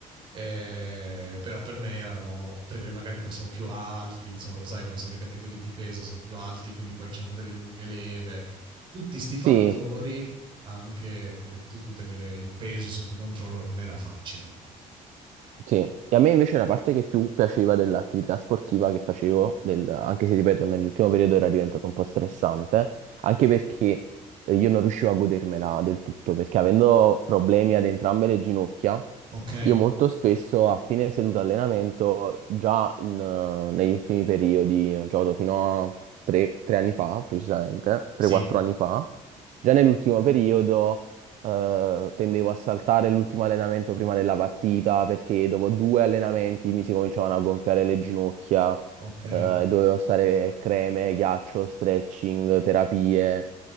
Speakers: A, on the right; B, on the right.
A: Eh, però per me erano perché magari poi sono più alti, insomma, lo sai come sono le categorie di peso, sono più alti, quindi poi hanno delle lunghe leve. Tutti sti fattori
B: Sì,
A: anche, come hai detto tu, tenere il peso sotto controllo non era facile. insomma.
B: Sì, e a me invece la parte che più piaceva dell'attività sportiva che facevo, del- anche se ripeto, nell'ultimo periodo era diventato un po' stressante, anche perché eh, io non riuscivo a godermela del tutto, perché avendo problemi ad entrambe le ginocchia,
A: Ok,
B: io molto spesso a fine seduta allenamento, già in, eh, negli ultimi periodi, gioco fino a tre, tre anni fa, precisamente, 3-4
A: sì,
B: anni fa, già nell'ultimo periodo eh, tendevo a saltare l'ultimo allenamento prima della partita perché dopo due allenamenti mi si cominciavano a gonfiare le ginocchia,
A: ok,
B: eh, dovevo stare creme, ghiaccio, stretching, terapie,